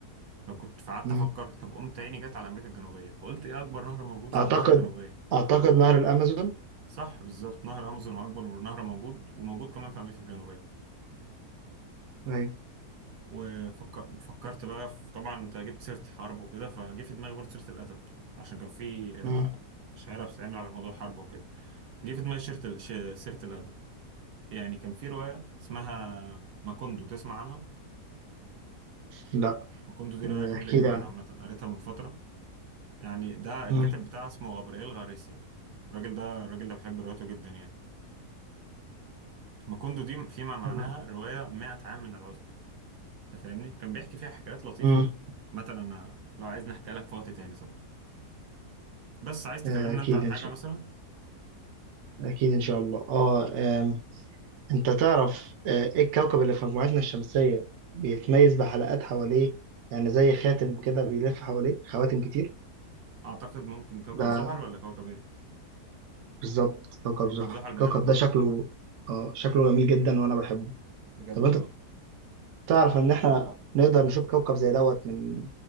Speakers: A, on the right; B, on the right.
A: فكنت فقعدت
B: مم.
A: أفكر طب قمت عيني جت على أمريكا الجنوبية فقلت إيه أكبر نهر موجود
B: أعتقد
A: في أمريكا الجنوبية
B: أعتقد نهر الأمازون
A: صح بالظبط نهر أمازون هو أكبر نهر موجود وموجود كمان في أمريكا الجنوبية
B: أيوة
A: وفكرت بقى في طبعا أنت جبت سيرة حرب وكده فجه في دماغي برضه سيرة الأدب عشان كان في
B: مم.
A: شعيرة بتتعمل على موضوع الحرب وكده جه في دماغي سيرة ال- ش- سيرة الأدب يعني كان في رواية اسمها ماكوندو تسمع عنها
B: لا
A: مكوندو دي
B: آه،
A: رواية جميلة
B: احكي
A: جدا
B: لي عنه
A: عامة قريتها من فترة يعني ده الكاتب
B: مم.
A: بتاعها اسمه غابرييل غاريسيا الراجل ده الراجل ده بحب رواياته جدا يعني مكوندو دي فيما معناها
B: تمام.
A: رواية 100 عام من العزلة انت فاهمني كان بيحكي فيها حكايات لطيفة
B: مم.
A: مثلا انا لو عايز نحكي لك في وقت تاني طبعا بس عايز تكلمنا
B: آه، أكيد
A: انت عن
B: إن
A: حاجة
B: شاء
A: مثلا
B: أكيد إن شاء الله أه آم، أنت تعرف آه، إيه الكوكب اللي في مجموعتنا الشمسية بيتميز بحلقات حواليه يعني زي خاتم كده بيلف حواليه خواتم كتير
A: اعتقد ممكن كوكب
B: ده
A: زحل ولا كوكب ايه
B: بالظبط كوكب
A: كوكب
B: زحل
A: زحل
B: الكوكب
A: بجد
B: ده شكله اه شكله جميل جدا وانا بحبه
A: بجد
B: طب انت
A: اه
B: تعرف ان احنا نقدر نشوف كوكب زي دوت من